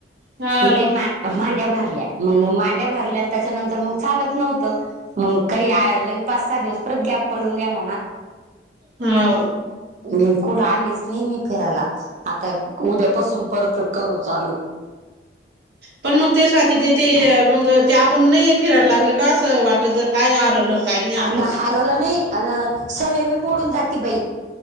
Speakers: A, on the right; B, on the right.
A: हा
B: लय म मांड्या भरल्या मग मांड्या भरल्या आणि त्याच्यानंतर मग चालत नव्हतं मग काही
A: हा
B: पाच सहा दिवस परत गॅप पडून गेला ना
A: होा
B: म कुठं आलेच नेह ममी फिरायला आता उद्यापसून परत करू चालू
A: पण मग ते स्वाती दीदी मग ते आपण नाही फिरायला लागलं का असं वाट आपलं तर काय आरलं काही नाही
B: अन
A: आपलं
B: हरवलं नाही अन सवय बी मोडून जाती बाई.